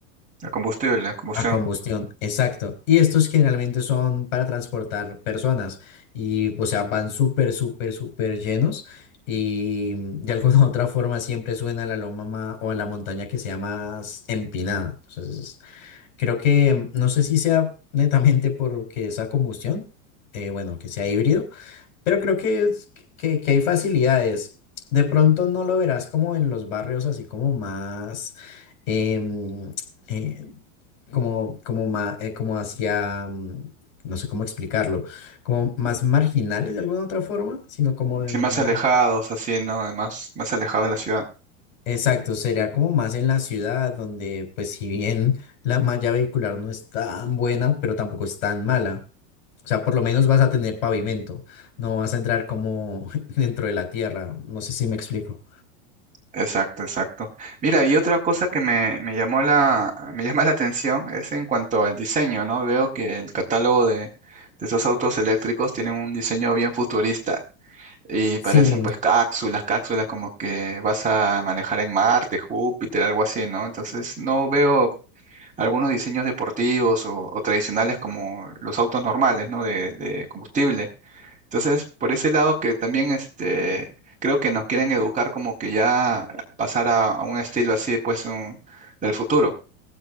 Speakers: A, on the right (about 20°); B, on the left (about 70°).
A: La combustible, la combustión.
B: a combustión, exacto. Y estos generalmente son para transportar personas y, o sea, van súper, súper, súper llenos y de <laughs> alguna u otra forma siempre suben a la loma ma- o a la montaña que sea más empinada. Entonces, creo que no sé si sea netamente porque esa combustión, eh, bueno, que sea híbrido pero creo que, es- que, que hay facilidades. De pronto no lo verás como en los barrios así como más, em, eh, como, como, ma- eh, como hacia, mm, no sé cómo explicarlo, como más marginales de alguna otra forma, sino como en
A: Sí, más alejados,
B: más...
A: así, ¿no? Además, más alejados de la ciudad.
B: Exacto, sería como más en la ciudad, donde pues si bien la malla vehicular no es tan buena, pero tampoco es tan mala. O sea, por lo menos vas a tener pavimento, no vas a entrar como <laughs> dentro de la tierra. No sé si me explico.
A: Exacto, exacto. Mira, y otra cosa que me, me llamó la, <laughs> me llama la atención es en cuanto al diseño, ¿no? Veo que el catálogo de, de estos autos eléctricos tienen un diseño bien futurista y parecen
B: Sí,
A: pues cápsulas, cápsulas como que vas a manejar en Marte, Júpiter, algo así, ¿no? Entonces no veo algunos diseños deportivos o, o tradicionales como los autos normales, ¿no? De, de combustible. Entonces, por ese lado que también este, creo que nos quieren educar como que ya pasar a, a un estilo así, pues, un- del futuro.